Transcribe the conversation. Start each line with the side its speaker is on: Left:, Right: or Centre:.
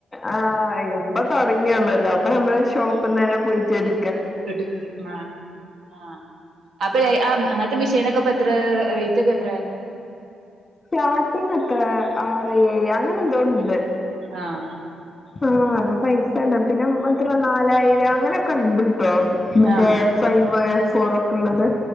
Left: ആഹ് ഇപ്പൊ തൊടങ്ങിയൊള്ളോല്ലേ അപ്പൊ നമ്മള് ഷോപ്പിന്നെന്നെ പോയിറ്റ് എട്
Right: ഇട് ആഹ് ആഹ് അപ്പൊ ആ അങ്ങനത്തെ മിഷീനൊക്കെ ഇപ്പെത്രേ റേ റ്റൊക്കെ എത്രെ?
Left: സ്റ്റാർട്ടിങ് എത്രേ ആറ് ഏഴ് അങ്ങനെ എന്തോണ്ട്.
Right: ആഹ്.
Left: ആഹ് നല്ല പൈസണ്ട് പിന്നെ എത്ര നാലായിരം അങ്ങനൊക്കെ ഇണ്ട്ട്ടോ. മറ്റേ
Right: ആഹ്
Left: ഫൈവ് ഫോർ ഒക്കെ ഉള്ളത്